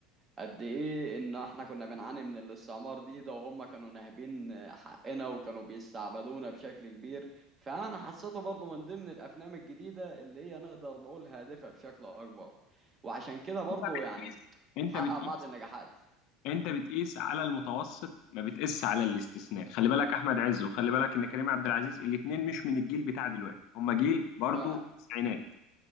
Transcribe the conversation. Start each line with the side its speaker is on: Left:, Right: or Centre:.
Right: قد ايه ان احنا كنا بنعاني من الاستعمار دي ده وهم كانوا ناهبين حقنا وكانوا بيستعبدونا بشكل كبير فانا حسيته برضو من ضمن الافلام الجديدة اللي هي نقدر نقول هادفة بشكل اكبر وعشان كده برضو
Left: انت بتقيس
Right: يعني
Left: انت
Right: حقق
Left: بتقيس
Right: بعض النجاحات
Left: انت بتقيس على المتوسط ما بتقيس على الاستثناء خلي بالك احمد عز وخلي بالك ان كريم عبد العزيز الاثنين مش من الجيل بتاع دلوقتي هم جيل برضو
Right: فعلا
Left: التسعينات